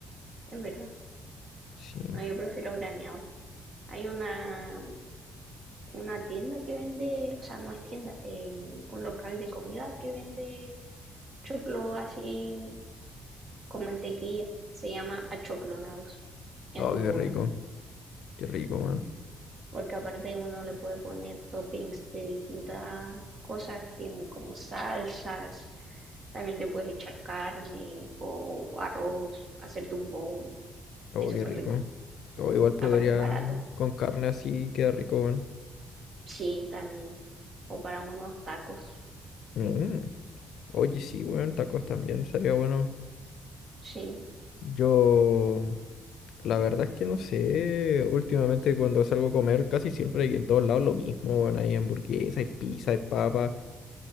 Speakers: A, on the right; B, on the left.
A: es verdad.
B: Sí.
A: No, yo prefiero graneado. Hay una, una tienda que vende, o sea, no es tienda, eh, un local de comida que vende choclo así con mantequilla. Se llama Achoclonados. Es
B: Oh,
A: muy
B: qué
A: bueno.
B: rico, qué rico, man.
A: porque aparte uno le puede poner toppings de distintas cosas, tienen como salsas, también le puedes echar carne o, o arroz, hacerte un bowl,
B: Oh,
A: es
B: qué
A: súper
B: rico.
A: rico.
B: Oh, igual podría
A: Aparte es barato,
B: con carne así queda rico, man.
A: sí, también, o para unos tacos,
B: Mm. Oye, sí, weón, tacos también, sería bueno.
A: sí,
B: Yo, la verdad es que no sé, últimamente cuando salgo a comer casi siempre hay en todos lados lo mismo, weón, hay hamburguesa, hay pizza, hay papa,